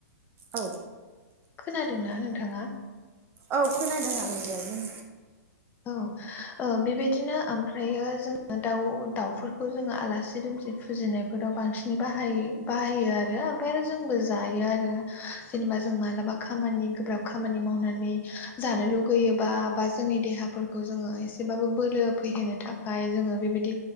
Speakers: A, on the right; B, on the left.
A: औ।
B: खोनादोंना नोंथाङा?
A: औ खोनादों आं दे बुं।
B: औ ओ बेबायदिनो ओमफ्रायो जोङो दाउ दाउफोरखौ जोङो आलासि दुमसि फुजिनायफोराव बांसिनै बाहायो बाहायो आरो ओमफ्राय आरो जोंबो जायो आरो। जेनेबा जों मालाबा खामानि गोब्राब खामानि मावनानै जानो लुुगैयोबा बा जोंनि देहा फोरखौ जोङो एसेबाबो बोलो फैहोनो थाखाय जोङो बेबायदि